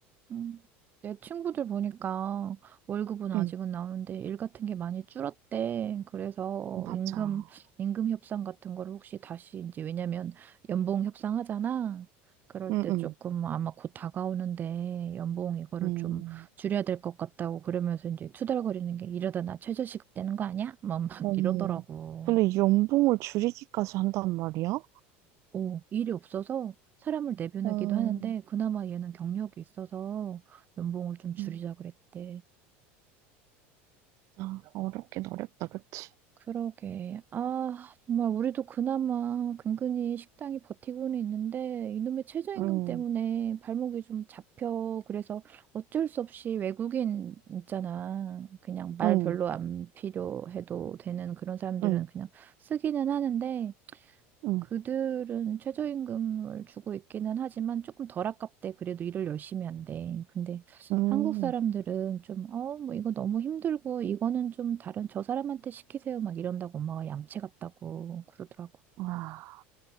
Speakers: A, on the right; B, on the right.
A: 음, 내 친구들 보니까 월급은 아직은
B: 음,
A: 나오는데 일 같은 게 많이 줄었대. 그래서
B: 맞아.
A: 임금, 임금 협상 같은 걸 혹시 다시 이제 왜냐면 연봉 협상하잖아. 그럴
B: 음,
A: 때
B: 음,
A: 조금 아마 곧 다가오는데 연봉 이거를
B: 음.
A: 좀 줄여야 될 것 같다고 그러면서 이제 투덜거리는 게 이러다 나 최저시급 되는 거 아니야? 막, 막
B: 어, 음,
A: 이러더라고.
B: 근데 연봉을 줄이기까지 한단 말이야?
A: 어, 일이 없어서 사람을 내보내기도
B: 어,
A: 하는데 그나마 얘는 경력이 있어서 연봉을 좀 줄이자
B: 음,
A: 그랬대.
B: 아, 어렵긴 어렵다, 그치?
A: 그러게. 아, 정말 우리도 그나마 근근히 식당이 버티고는 있는데 이놈의 최저임금
B: 음,
A: 때문에 발목이 좀 잡혀. 그래서 어쩔 수 없이 외국인 있잖아. 그냥 말
B: 음,
A: 별로 안 필요해도 되는 그런 사람들은
B: 음,
A: 그냥 쓰기는 하는데
B: 음,
A: 그들은 최저임금을 주고 있기는 하지만 조금 덜 아깝대. 그래도 일을 열심히 한대. 근데
B: 음.
A: 한국 사람들은 좀, 어, 뭐 이거 너무 힘들고 이거는 좀 다른 저 사람한테 시키세요. 막 이런다고 엄마가 얌체 같다고 그러더라고.
B: 아,